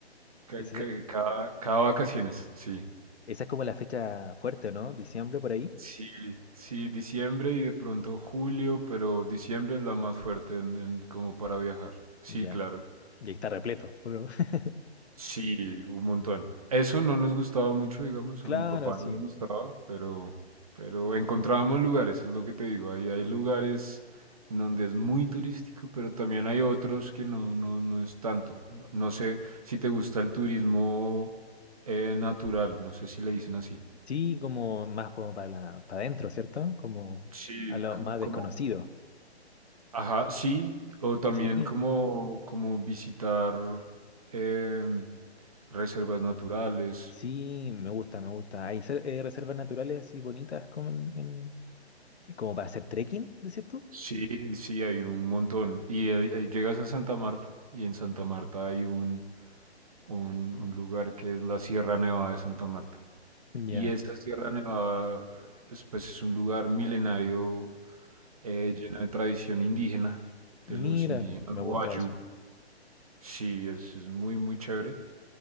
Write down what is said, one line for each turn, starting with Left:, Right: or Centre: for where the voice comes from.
Right: Ca-
Left: Esa,
Right: ca-
Left: es
Right: Cada, cada vacaciones, sí.
Left: esa es como la fecha fuerte, ¿o ¿no? Diciembre por ahí.
Right: Sí, sí, diciembre y de pronto julio, pero diciembre es la más fuerte en, en- como para viajar. Sí,
Left: Ya,
Right: claro.
Left: y ahí está repleto. ¿o no? <laughs>
Right: Sí, un montón. Eso no nos gustaba mucho, digamos,
Left: Claro,
Right: a mi papá
Left: sí.
Right: no le gustaba, pero, pero encontrábamos lugares, es lo que te digo, ahí hay lugares en donde es muy turístico, pero también hay otros que no, no, no es tanto. No sé si te gusta el turismo eh, natural, no sé si le dicen así.
Left: Sí, como más como para la, para adentro, ¿cierto? Como
Right: Sí,
Left: a lo
Right: como,
Left: más
Right: como,
Left: desconocido.
Right: ajá, sí, o también
Left: Sí.
Right: como, como visitar em, reservas naturales,
Left: Sí, me gusta, me gusta. Hay ser- eh, reservas naturales así bonitas como en, en- eh, como para hacer trekking, decís tú.
Right: Sí, sí, hay un montón. Y eh, eh, llegas a Santa Marta y en Santa Marta hay un, un, un lugar que es la Sierra Nevada de Santa Marta.
Left: Ya,
Right: Y esa Sierra Nevada es, pues, es un lugar milenario eh, lleno de tradición indígena,
Left: Mira,
Right: de los indígenas
Left: me
Right: Wayuu.
Left: gusta eso.
Right: Sí, es, es muy, muy chévere.